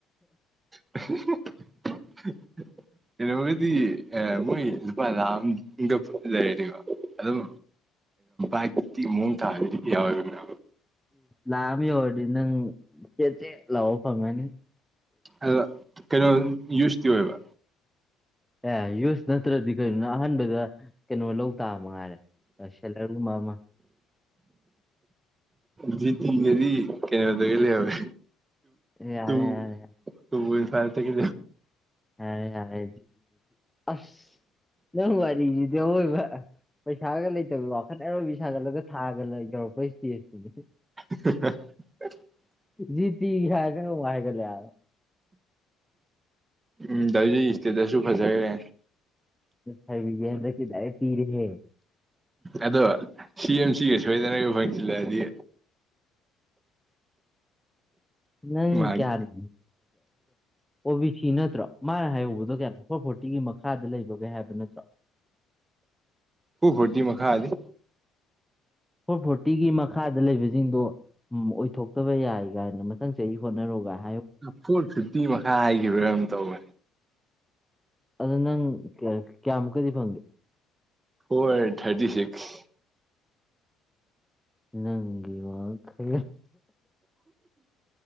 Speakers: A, on the right; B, in the centre.
A: <unintelligible>
B: <unintelligible>
A: ꯀꯩꯅꯣꯒꯗꯤ ꯃꯣꯏ ꯂꯨꯄꯥ ꯂꯥꯛ ꯑꯒ ꯂꯩꯔꯅꯦꯀꯣ ꯑꯗꯨꯝ ꯥꯏ ꯃꯨꯡ ꯊꯥ ꯍꯥꯏ ꯌꯥꯎꯔ
B: ꯂꯥꯃꯤ ꯑꯣꯏꯔꯗꯤ ꯅꯪ ꯆꯦ ꯆꯦ ꯂꯥꯛꯑꯣ ꯐꯪꯉꯅꯤ
A: ꯑꯣ ꯀꯩꯅꯣ ꯌꯨꯁꯇꯤ ꯑꯣꯏꯕ
B: ꯑꯦ ꯌꯨꯁ ꯅꯠꯇ꯭ꯔꯗꯤ ꯀꯔꯤꯣꯅꯣ ꯑꯍꯥꯟꯕꯗ ꯀꯩꯅꯣ ꯂꯧ ꯇꯥ ꯃꯥꯔꯦꯁꯂꯒꯨꯝꯃꯃ
A: ꯖꯤꯇꯤꯒꯗꯤ ꯀꯩꯅꯣꯗꯒ ꯂꯩꯍꯧꯋꯦ
B: ꯌꯥꯔꯦ
A: ꯇꯨ
B: ꯌꯥꯔꯦ
A: ꯇ ꯐꯔ ꯇ ꯀ
B: ꯌꯥꯔꯦ ꯌꯥꯔꯦ ꯑ ꯅꯪꯋꯥꯔꯤꯗꯣꯏ ꯄꯩꯁꯥꯒ ꯂꯩꯇꯕꯤ ꯋꯥꯈꯠ ꯑꯔꯣꯏꯕꯤ ꯁꯥꯒꯠꯂꯒ ꯊꯥꯒ ꯂꯩ ꯇꯧꯔꯛꯄ ꯏꯁꯇꯦꯖꯇꯨꯗꯤ
A: <unintelligible>
B: ꯖꯤ ꯇꯤ ꯍꯥꯏ ꯀ ꯋꯥ ꯍꯥꯏꯒ ꯂ
A: ꯎꯝ ꯗꯗꯤ ꯏꯁꯇꯦꯠꯇꯁꯨ ꯐꯖꯈ꯭ꯔꯦ
B: ꯍꯥꯏꯕ ꯍꯟꯗꯛꯇꯤ ꯗꯥꯏꯔꯦꯛ ꯄꯤꯔꯦꯍꯦ
A: ꯑꯗꯣ ꯁꯤ ꯑꯦꯝ ꯁꯤꯒ ꯁꯣꯏꯗꯅ ꯐꯪꯁꯤꯤꯜꯂꯛꯑꯗꯤ
B: ꯅꯪ
A: ꯃꯥꯒꯤ
B: ꯀꯌꯥꯅꯣ ꯑꯣꯕꯤ ꯁꯤꯤ ꯅꯠꯇ꯭ꯔꯣ ꯃꯥꯅ ꯍꯥꯏꯍꯧꯕꯗꯣ ꯀꯌꯥꯅꯣ ꯐꯣꯔ ꯐꯣꯔꯇꯤꯒꯤ ꯃꯈꯥꯗ ꯂꯩꯕꯒꯦ ꯍꯥꯏꯕ ꯅꯠꯇ꯭ꯔꯣ
A: ꯍꯨ ꯍꯇꯤ ꯃꯈ ꯈꯥ ꯑꯗ
B: ꯐꯣꯔ ꯐꯣꯔꯇꯤꯒꯤ ꯃꯈꯥꯗ ꯂꯩꯕꯁꯤꯡꯗꯣ ꯎ ꯑꯣꯏꯊꯣꯛꯇꯕ ꯌꯥꯏ ꯀꯥꯏꯅ ꯃꯊꯪ ꯆꯍꯤ ꯍꯣꯠꯅꯔꯨꯒ
A: ꯐꯣꯔ ꯐꯤꯞꯇꯤ ꯃꯈꯥ ꯍꯈꯤꯕ꯭ꯔꯥ ꯑꯃꯝ ꯇꯧꯋꯦ
B: ꯑꯗꯨ ꯅꯪ ꯀꯌꯥꯃꯨꯛꯀꯗꯤ ꯐꯪꯒꯦ
A: ꯐꯣꯔ ꯍꯟ꯭ꯔꯦꯠ ꯊꯥꯔꯇꯤ ꯁꯤꯛꯁ
B: ꯅꯪꯒꯤꯤ ꯋꯥ ꯀ